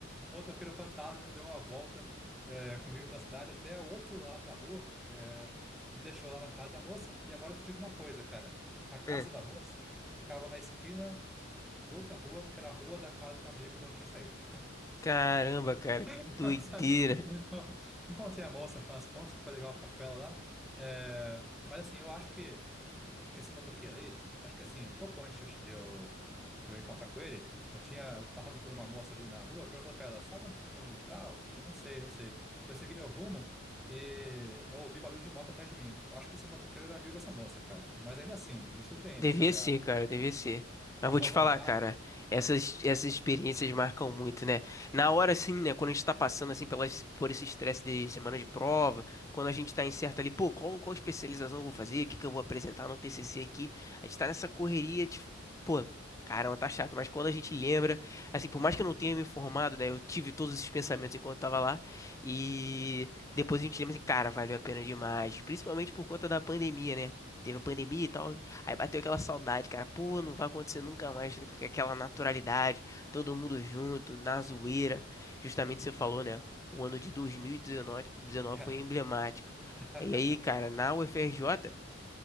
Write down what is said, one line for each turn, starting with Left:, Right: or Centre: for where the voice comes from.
Centre: Motoqueiro fantasma deu uma volta eh, comigo pela cidade até o outro lado da rua eh, e me deixou lá na casa da moça. E agora eu te digo uma coisa, cara. A casa
Left: Ah,
Centre: da moça ficava na esquina de outra rua, que era a rua da casa do meu amigo de onde eu tinha saído.
Left: Caramba, cara, que
Centre: <laughs>
Left: doideira.
Centre: Sabe? Então, encontrei a moça, no final das contas, foi legal ficar com ela lá. Eh, mas assim, eu acho que. Esse motoqueiro aí, acho que assim, um pouco antes de eu, de eu de eu encontrar com ele, eu tinha passado por uma moça ali na rua e perguntado pra ela, sabe onde fica o número tal? Eu não sei, eu não sei. Então eu segui meu rumo e eu ouvi barulho de moto atrás de mim. Eu acho que esse motoqueiro era amigo dessa moça, cara. Mas ainda assim, me surpreende,
Left: Devia
Centre: sabe?
Left: ser,
Centre: A,
Left: cara, devia ser. Mas
Centre: a
Left: vou
Centre: boa
Left: te
Centre: vontade.
Left: falar, cara,
Centre: né?
Left: essas, essas experiências marcam muito, né? Na hora, assim, né, quando a gente tá passando, assim, pelas, por esse estresse de semana de prova, quando a gente tá incerto ali, pô, qual, qual especialização eu vou fazer, o que que eu vou apresentar no TCC
Centre: Sim, sim.
Left: aqui, a gente tá nessa correria, de, pô, caramba, tá chato, mas quando a gente lembra, assim, por mais que eu não tenha me informado, né, eu tive todos esses pensamentos enquanto eu tava lá, e depois a gente lembra assim, cara, valeu a pena demais, principalmente por conta da pandemia, né? Teve a pandemia e tal. Aí bateu aquela saudade, cara. Pô, não vai acontecer nunca mais com aquela naturalidade, todo mundo junto, na zoeira. Justamente você falou, né? O ano de 2019 19
Centre: <laughs>
Left: foi emblemático. E aí, cara, na
Centre: <laughs>
Left: UFRJ